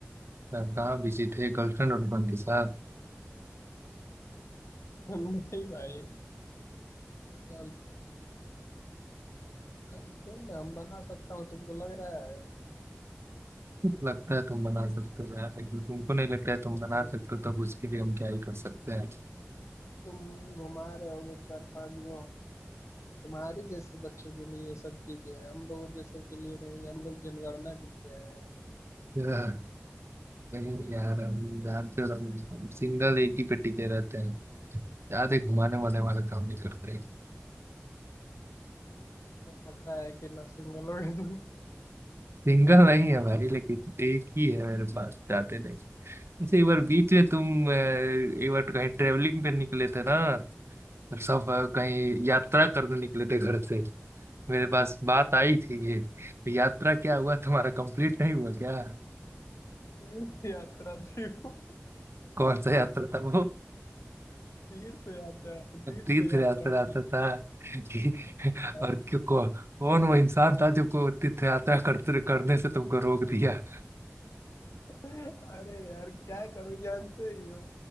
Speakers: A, on the right; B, on the left.
A: यार कहाँ बिजी थे गर्लफ्रेंड वर्लफ्रेंड के साथ
B: <laughs> नहीं भाई गर्लफ्रेंड गर्लफ्रेंड हम बना सकता हूँ तुमको लग रहा है
A: <laughs> लगता है तुम बना सकते हो यार लेकिन तुमको नहीं लगता है तुम
B: तुम
A: बना सकते हो तब उसके लिए हम क्या ही कर सकते हैं <laughs>
B: तुम घुमा रहे होगे चार पांच गो तुम्हारी जैसे बच्चों के लिए ये सब चीजें हैं हम लोग जैसे के लिए नहीं हम लोग जनगणना के लिए आए हैं।
A: यार, नहीं यार
B: हम्म,
A: हम जानते हो हम सिंगल एक ही पे टिके रहते हैं ज्यादा घुमाने वाले वाला काम नहीं करते
B: हम्म, पता है कि नर्सिंग में लोग
A: सिंगल नहीं है भाई लेकिन एक ही है मेरे पास जाते नहीं अच्छा एक बार बीच में तुम अ, एक बार कहीं ट्रेवलिंग पे निकले थे ना सब अ, कहीं यात्रा करने निकले थे घर से मेरे पास बात आई थी ये तो यात्रा क्या हुआ तुम्हारा कंप्लीट नहीं हुआ क्या
B: <laughs> यात्रा थी वो।
A: कौन सा यात्रा था वो
B: तीर्थ यात्रा तीर्थ
A: तीर्थ
B: यात्रा
A: यात्रा यात्रा था कि
B: तीर्थ
A: और क्यों कौ, कौन वो इंसान था जो को तीर्थ यात्रा करते करने से तुमको रोक दिया
B: अरे यार क्या करूं जानते ही हो